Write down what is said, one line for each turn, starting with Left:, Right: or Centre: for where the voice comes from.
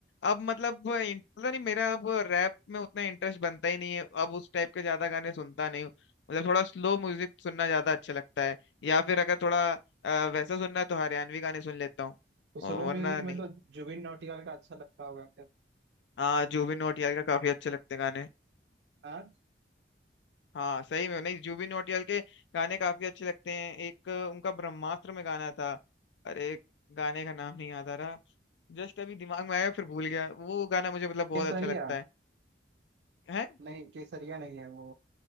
Left: अब मतलब वो इन- पता नहीं मेरा अब रैप में उतना इंटरेस्ट बनता ही नहीं है अब उस टाइप के ज्यादा गाने सुनता नहीं हूँ मतलब थोड़ा स्लो म्यूजिक सुनना ज्यादा अच्छा लगता है या फिर अगर थोड़ा अ, वैसा सुनना है तो हरियाणवी गाने सुन लेता हूँ
Right: तो स्लो
Left: वरना
Right: म्यूजिक
Left: नहीं
Right: में तो जुबिन नौटियाल का अच्छा लगता होगा क्या?
Left: हाँ जुबिन नौटियाल का काफी अच्छे लगते हैं गाने
Right: हाँ
Left: हाँ सही में नहीं जुबिन नौटियाल के गाने काफी अच्छे लगते हैं एक अ, उनका ब्रह्मास्त्र में गाना था अरे गाने का नाम नहीं याद आ रहा जस्ट अभी दिमाग में आया फिर भूल गया वो गाना मुझे मतलब बहुत
Right: केसरिया
Left: अच्छा लगता है है
Right: नहीं केसरिया नहीं है वो